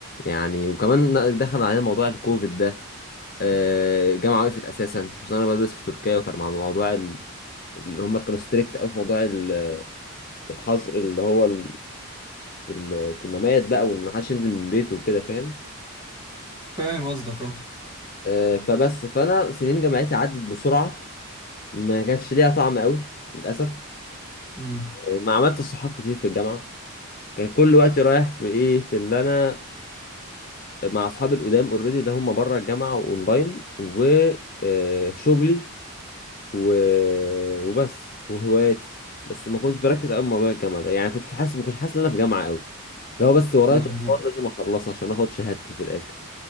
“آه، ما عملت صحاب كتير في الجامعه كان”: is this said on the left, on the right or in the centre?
Left